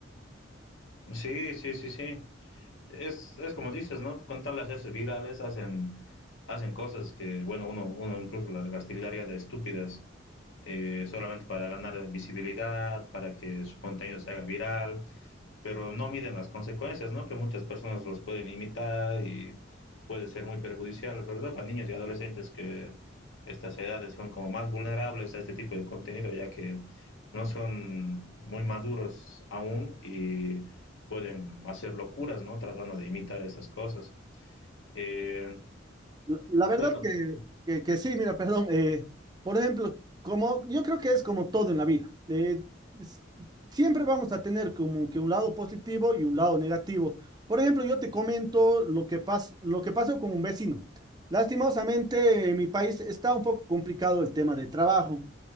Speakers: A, on the left; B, on the right.
A: Sí, sí, sí, sí. es, es como dices, ¿no? Con tal de hacerse virales, hacen, hacen cosas que, bueno, uno, uno incluso las, las tildaría de estúpidas, eh, solamente para ganar visibilidad, para que su contenido se haga viral pero no miden las consecuencias, ¿no? Que muchas personas los pueden imitar y puede ser muy perjudicial, sobre todo para niños y adolescentes que estas edades son como más vulnerables a este tipo de contenido, ya que no son muy maduros aún y pueden hacer locuras, ¿no? Tratando de imitar estas cosas. Eh,
B: La la verdad
A: bueno,
B: que, que, que sí, mira, perdón. eh, por ejemplo, como yo creo que es como todo en la vida. eh, s- siempre vamos a tener como que un lado positivo y un lado negativo. Por ejemplo, yo te comento lo que pas- lo que pasó con un vecino. Lastimosamente, en mi país está un poco complicado el tema de trabajo.